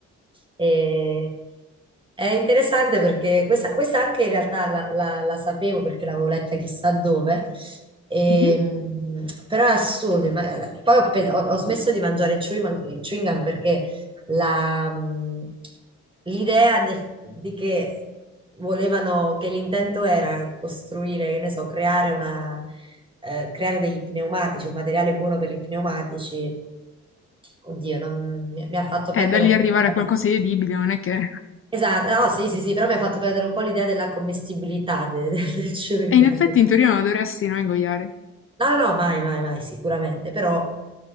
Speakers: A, on the right; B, on the left.
A: E- è interessante perché questa, questa anche in realtà la, la- la sapevo perché l'avevo letta chissà dove, e,
B: Mhm.
A: mh, però è assurdo. ma- poi ho, pe- ho- ho smesso di mangiare chewing, chewing gum perché la, mh, l'idea de- di che volevano, che l'intento era costruire, che ne so, creare una, eh, creare degli pneumatici, un materiale buono per i pneumatici. Oddio, non- mi, mi ha fatto
B: Eh,
A: perdere
B: da lì
A: un
B: arrivare
A: po' di...
B: a qualcosa di edibile, non è che...
A: Esatto, no, sì, sì, sì, però mi ha fatto perdere un po' l'idea della commestibilità de- de- del <laughs> chewing
B: E in effetti
A: gum.
B: in teoria non la dovresti, no, ingoiare.
A: No, no, no, mai, mai, mai, sicuramente, però